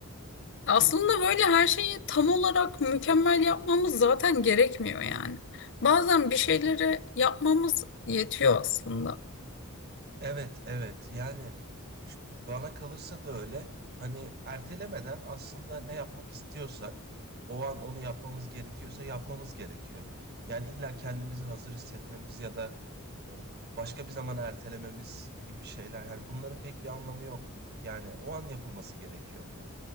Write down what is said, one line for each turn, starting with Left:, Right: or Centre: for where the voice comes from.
Left: Aslında böyle her şeyi tam olarak mükemmel yapmamız zaten gerekmiyor yani. Bazen bir şeyleri yapmamız yetiyor aslında.
Right: Evet, evet. Yani ş- bana kalırsa da öyle. Hani ertelemeden aslında ne yapmak istiyorsak, o an onu yapmamız gerekiyorsa yapmamız gerekiyor. Yani illa kendimizi hazır hissetmemiz ya da e, başka bir zaman ertelememiz gibi şeyler. Hani bunların pek bir anlamı yok. Yani o an yapılması gerekiyor bunun.